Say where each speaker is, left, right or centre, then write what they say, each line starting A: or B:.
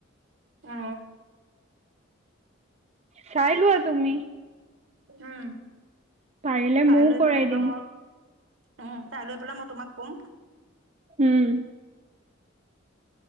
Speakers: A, on the right; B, on the right.
A: অ
B: চাই লোৱা তুমি
A: উম
B: পাৰিলে
A: চাই
B: ময়ও
A: লৈ
B: কৰাই
A: পেলাই তোমাক
B: দিম
A: মই উম চাই লৈ পেলাই মই তোমাক কম
B: উম।